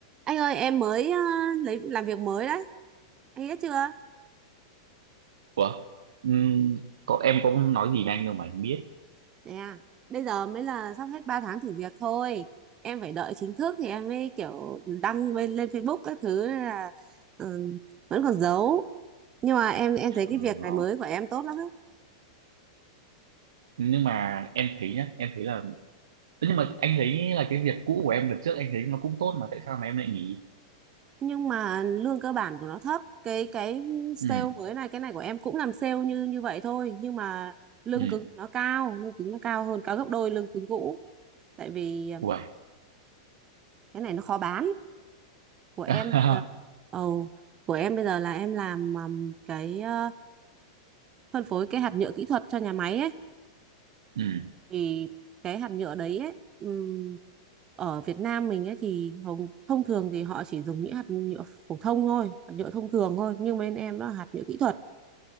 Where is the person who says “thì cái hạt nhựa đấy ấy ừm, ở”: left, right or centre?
Right